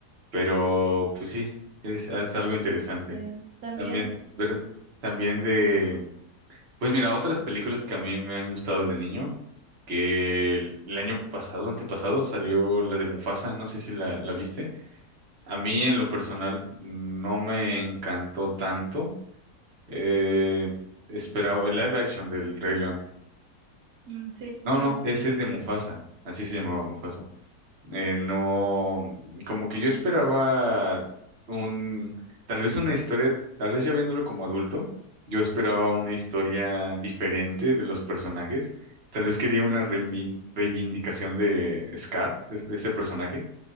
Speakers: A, on the right; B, on the right.
A: pero pues sí, es, es algo interesante.
B: Sí. También,
A: También, ver, también de, pues mira, otras películas que a mí me han gustado de niño, que el, el año pasado, antepasado, salió la de Mufasa, no sé si la, la viste. A mí en lo personal no me encantó tanto. Eh, esperaba el live action del Rey León.
B: mm, sí,
A: No,
B: sí,
A: no,
B: sí, sí.
A: es el de Mufasa. Así se llamaba Mufasa. Eh, no, como que yo esperaba un, tal vez una historia, tal vez ya viéndolo como adulto, yo esperaba una historia diferente de los personajes. Tal vez quería una reivin- reivindicación de Scar, de de ese personaje